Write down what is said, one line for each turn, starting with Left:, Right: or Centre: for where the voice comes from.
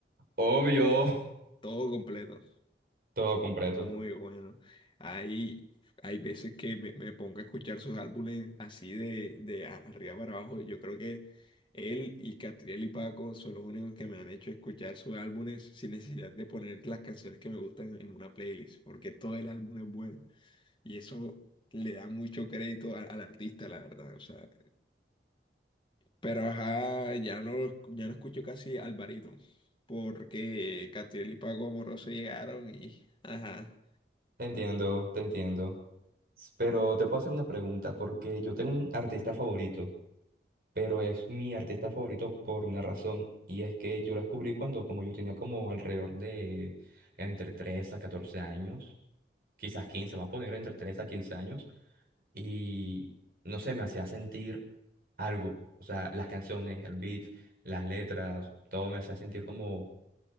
Right: obvio.
Left: todo completo.
Right: <laughs> Todo completo.
Left: Muy bueno. Hay, hay veces que me, me pongo a escuchar sus álbumes así de, de a- arriba para abajo. Yo creo que él y Catriel y Paco son los únicos que me han hecho escuchar sus álbumes sin necesidad de poner las canciones que me gustan en una playlist, porque todo el álbum es bueno. Y eso le da mucho crédito a- al artista, la verdad. O sea, pero ajá, ya no, ya no escucho casi Alvarito. Porque Catriel y Paco Amoroso llegaron y ajá.
Right: Te entiendo, te entiendo. S- Pero te puedo hacer una pregunta porque yo tengo un artista favorito, pero es mi artista favorito por una razón y es que yo lo descubrí cuando como yo tenía como alrededor de entre 3 a 14 años, quizás 15. vamos a poner entre 3 a 15 años. y no sé, me hacía sentir algo. O sea, las canciones, el beat, las letras, todo me hacía sentir como